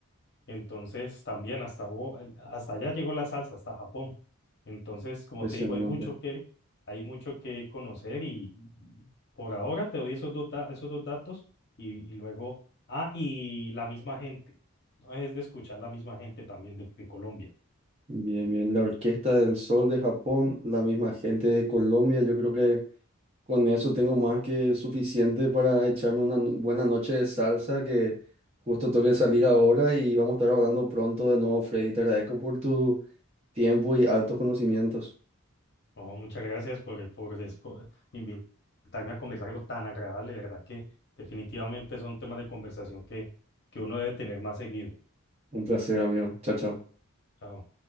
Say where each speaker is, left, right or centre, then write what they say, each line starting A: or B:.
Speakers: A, on the left (about 50°); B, on the right (about 25°).
A: Entonces, también hasta, hubo- eh, hasta allá llegó la salsa, hasta Japón. Entonces, como
B: Impresionante.
A: te digo, hay mucho que, hay mucho que conocer y y por ahora te doy esos dos, da- esos dos datos y, y luego, ah, y la misma gente. No es de escuchar la misma gente también de de Colombia.
B: Bien, bien. La Orquesta del Sol de Japón, la misma gente de Colombia, yo creo que Con eso tengo más que suficiente para echarme una no- buena noche de salsa que justo tengo que salir ahora y vamos a estar hablando pronto de nuevo, Freddy. Te agradezco por tu tiempo y altos conocimientos.
A: Oh, muchas gracias por, por, des- por invitarme a conversar algo tan agradable. De verdad que definitivamente son temas de conversación que, que uno debe tener más seguido.
B: Un placer, amigo. Chao, chao.
A: Chao.